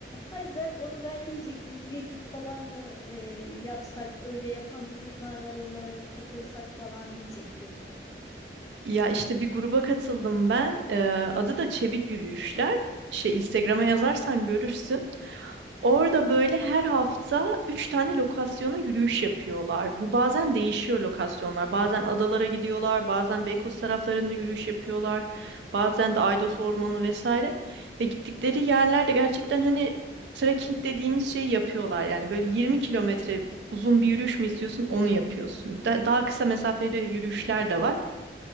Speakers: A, on the left; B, on the right.
A: Ay ben onu ben diyecektim. Trekking falan mı e, yapsak? Öyle yapan gruplar var onlara mı katılsak falan diyecektim.
B: Ya işte bir gruba katıldım ben. Ee, adı da Çevik Yürüyüşler. Şey Instagram'a yazarsan görürsün. Orada böyle her hafta üç tane lokasyona yürüyüş yapıyorlar. Bu bazen değişiyor lokasyonlar. Bazen adalara gidiyorlar, bazen Beykoz taraflarında yürüyüş yapıyorlar, bazen de Aydos Ormanı vesaire. Ve gittikleri yerlerde gerçekten hani trekking dediğimiz şeyi yapıyorlar. Yani böyle 20 kilometre uzun bir yürüyüş mü istiyorsun, onu yapıyorsun. Da- daha kısa mesafeli yürüyüşler de var.